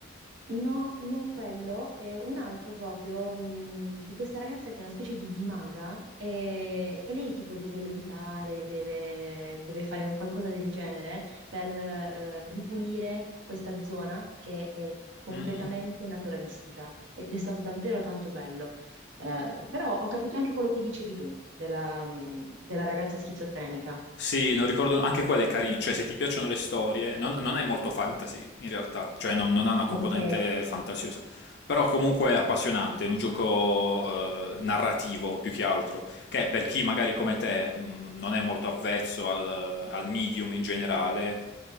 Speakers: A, on the right (about 75°); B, on the left (about 55°).
A: No, non quello, è un altro proprio mh, di questa ragazza che è una specie di, di maga e, e lei tipo deve meditare, deve, deve fare un qualcosa del genere per eh, ripulire questa zona che è completamente
B: Mm, mm.
A: naturalistica ed è stato davvero tanto bello. Eh, però ho capito anche quello che dicevi tu della, mh, della ragazza schizofrenica.
B: Sì, non ricordo, anche quella è carina, cioè se ti piacciono le storie, non, non è molto fantasy in realtà, cioè non, non ha una componente
A: Ok,
B: fantasiosa, però comunque è appassionante, è un gioco eh, narrativo più che altro, che per chi magari come te mh, non è molto avvezzo al, al medium in generale,